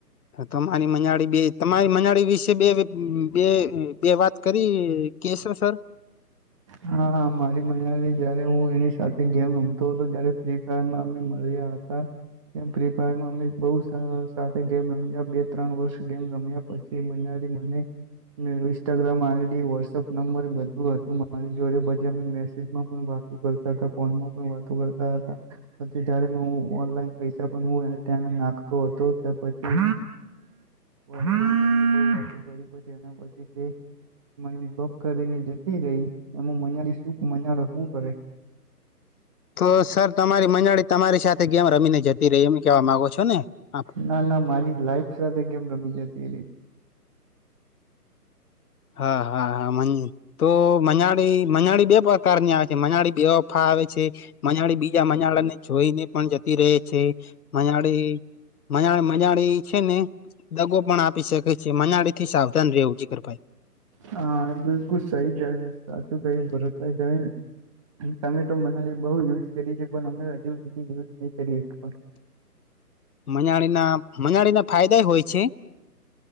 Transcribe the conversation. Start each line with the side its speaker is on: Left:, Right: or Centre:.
Left: તમારી મનાડી બે તમારી મનાડી વિશે બે બે બે વાત કરી કેશો સર
Right: હા હા મારી મનાલી જયારે હું એની સાથે ગેમ રમતો હતો જય્યારે ફ્રી ફાયર માં અમે મળ્યા હતા હતા ફ્રી ફાયરમાં અમે બહું સાથે ગેમ રમી બે ત્રણ વર્ષ ગેમ રમ્યા પછી મનારી મને ઇન્સ્ટાગ્રામ આવે થી વોટસએપ નંબર બધું હતું મારી જોડે બધી અમે મેસેજમાં પણ વાતો કરતા હતા ફોનમાં પણ વાતો કરતા હતા પછી જ્યારે ઓનલાઈન પૈસા પણ ત્યાં નાખતો હતો પછી રી પછી એના પછી તે મને બ્લોક કરીને જ રહી એમ મજા શું મા હું કરે
Left: તો સર તમારી મંજાળી તમારી સાથે ગેમ રમીને જતી રહી એમ કેવા માંગો છો ને આપ
Right: ના ના મારી લાઈફ સાથે ગેમ રમી જતી રહી
Left: હા હા હા તો મંજાલિ મંજાલિ બે પ્રકાર ની આવે છે મનાળી બેવફા આવે છે મંજાલિ બીજા મનાળા ને જોઈને પણ જ રહે છે મંજાલિ મજાલી મજાલી છે ને દગો પણ આપી શકે છે મનાડી થી સાવધાન રહેવું જીગર ભાઈ.
Right: હા બિલકુલ સહી જ સાચું કયું ભરતભાઈ તમે ટમેટો મનાલી બઉ યુઝ કરી છે પણ અમે હજુ સુધી યુઝ નહી કરી એક પણ
Left: મનાળી ના મનાળી ના ફાયદાય હોય છે.